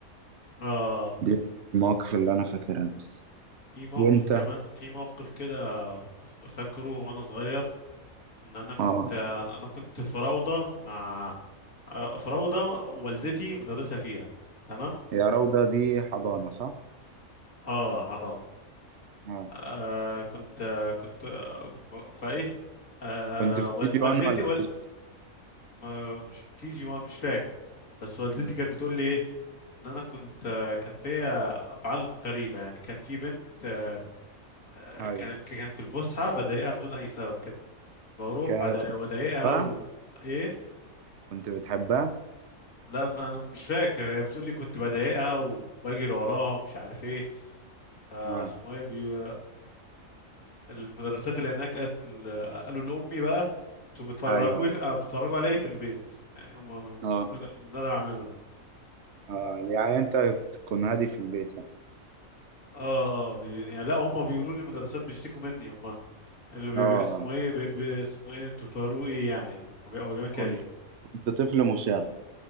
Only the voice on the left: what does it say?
اه
في موقف
كمان في موقف كده فاكره وانا صغير ان انا كنت
انا أنا كنت في روضه مع آه، في روضه والدتي مدرسه فيها تمام
اه حضان
آه كنت آه، كنت آه، كنت فايه آه
وال-
والدتي
وال...
ما- مش كي جي وان مش فاكر بس والدتي
كانت بتقول لي ايه ان انا كنت آه، كان فيا افعال غريبه يعني كان في بنت آه، آه،
كانت كانت في الفسحه بضايقها بدون اي سبب كده بروح
وأضايق-
واضايقها
وايه
لا ما انا مش فاكر هي بتقول لي كنت بضايقها وبجري وراها ومش عارف ايه فاسمه
ايه بي... فالمدرسات اللي هناك قالت ل- قالوا لامي بقى انتوا بتفرجوا
في... آه، بتفرجوا عليا في البيت يعني هم
كنت من اللي انا بعمله ده
اه اه بي... يعني لا هم بيقولوا لي المدرسات بيشتكوا مني هم اللي بي...
بي... اسمه ايه بي... بي... اسمه ايه انتوا بتوروا ايه يعني هم بي... هو بيعمل كده
ليه